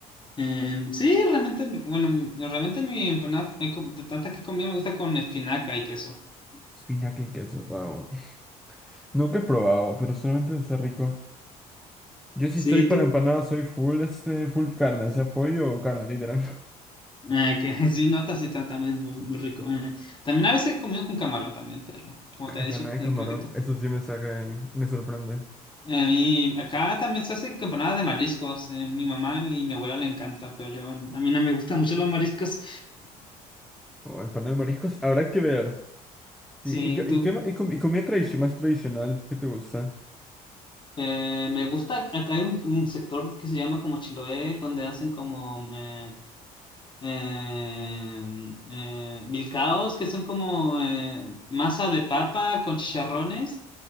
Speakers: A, on the left (about 25°); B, in the centre.
A: em, sí, realmente, mi- bueno, mi- realmente mi empanada, eh, com- de tantas que he comido, me gusta con espinaca y queso.
B: Espinaca y queso, wow. <laughs> Nunca he probado, pero solamente es rico. Yo si
A: Sí,
B: estoy para
A: tú.
B: empanadas, soy full, este, full carne, o sea, pollo o carne, literal.
A: Ah, que <laughs> sí, notas y está también muy, muy rico. Eh, también a veces he comido con camarón también, pero como te
B: Empanada
A: he dicho, te-
B: de camarón,
A: creo que tú
B: eso sí me saca, eh, me sorprende.
A: A mí, acá también se hace empanadas de mariscos. eh, mi mamá y mi abuela le encanta, pero yo, a mí no me gustan mucho los mariscos.
B: O empanada de mariscos, habrá que ver. Sí,
A: Sí,
B: y, qué- y,
A: tú,
B: qué ma- y com- y comida tradici- más tradicional, ¿qué te gusta?
A: eh, me gusta, acá hay un, un sector que se llama como Chiloé, donde hacen como eh, eh, eh, milcaos, que son como eh, masa de papa con chicharrones.